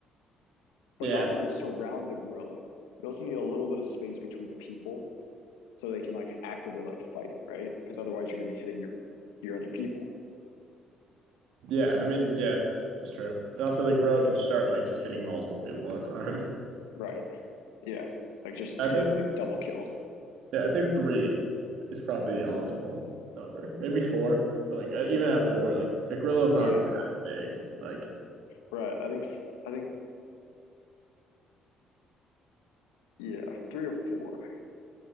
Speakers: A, on the left; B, on the right.
A: But
B: Yeah.
A: not only surround the gorilla, you also need a little bit of space between the people so they can like actively like fight, right? Because otherwise you're gonna be hitting your your other people.
B: Yeah, I mean, yeah, that's true. And also, the gorilla could start like just hitting multiple people at a time.
A: Right. Yeah. Like just
B: <laughs> I
A: <laughs> yeah,
B: think,
A: like double kills.
B: yeah, I think three is probably the optimal number. Maybe four, but like uh, even at four, like a gorilla is
A: Yeah.
B: not that big. Like,
A: Right. I think I think yeah, three or four.